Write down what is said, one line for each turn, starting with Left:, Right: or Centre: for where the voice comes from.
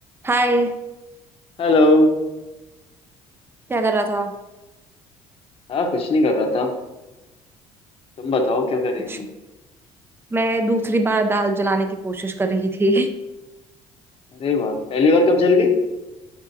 Right: Hi
Left: Hello
Right: क्या कर रहा था
Left: हाँ कुछ नहीं कर रहा था तुम बताओ क्या कर रही
Right: अच्छा,
Left: थी
Right: मैं दूसरी बार दाल जलाने की कोशिश कर रही थी <laughs>
Left: अरे वाह पहली बार कब जल गई